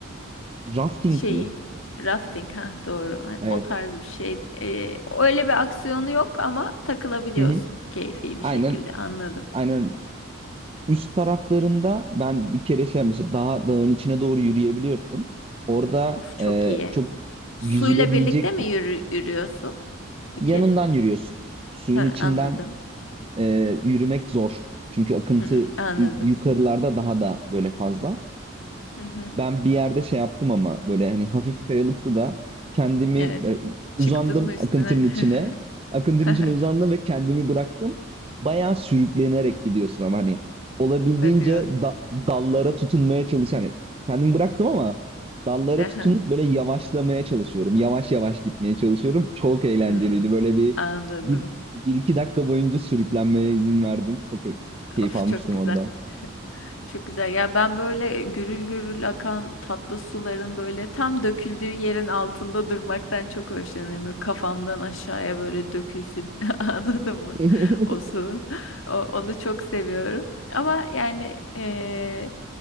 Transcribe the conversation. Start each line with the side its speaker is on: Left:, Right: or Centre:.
Right: rafting
Left: Şeyi.
Right: mi?
Left: Rafting ha doğru. Ay,
Right: Evet.
Left: O tarz bir şey. E, öyle bir aksiyonu yok ama takılabiliyorsun
Right: Hı hı.
Left: keyfi bir
Right: Aynen
Left: şekilde. Anladım.
Right: aynen öyle. Üst taraflarında ben bir kere şey yapmıştım. Daha dağın içine doğru yürüyebiliyorsun. Orada
Left: Of çok
Right: e,
Left: iyi.
Right: çok
Left: Suyla
Right: yüzülebilecek
Left: birlikte mi yürü, yürüyorsun? Peki.
Right: yanından yürüyorsun. Suyun
Left: Ha,
Right: içinden
Left: anladım.
Right: e, yürümek zor. Çünkü akıntı
Left: Hı, anladım.
Right: i- yukarılarda daha da böyle fazla.
Left: Hı hı.
Right: Ben bir yerde şey yaptım ama böyle hani hafif kayalıktı da kendimi
Left: Evet.
Right: böyle
Left: Çıktın
Right: uzandım
Left: mı üstüne?
Right: akıntının içine. Akıntının
Left: <laughs>
Right: içine uzandım ve kendimi bıraktım. Bayağı sürüklenerek gidiyorsun ama hani olabildiğince
Left: Hadi ya.
Right: da- dallara tutunmaya çalış. Hani kendimi bıraktım ama dallara
Left: Hı hı.
Right: tutunup böyle yavaşlamaya çalışıyorum. Yavaş yavaş gitmeye çalışıyorum. Çok eğlenceliydi.
Left: Hmm,
Right: Böyle bir,
Left: anladım.
Right: bir, bir iki dakika boyunca sürüklenmeye izin verdim. Çok e- keyif
Left: Of
Right: almıştım
Left: çok güzel.
Right: orada.
Left: Çok güzel. Ya ben böyle gürül gürül akan tatlı suların böyle tam döküldüğü yerin altında durmaktan çok hoşlanırım. Böyle kafamdan aşağıya böyle dökülsün. <laughs> Anladın mı?
Right: <laughs>
Left: O su. O- onu çok seviyorum. Ama yani eee,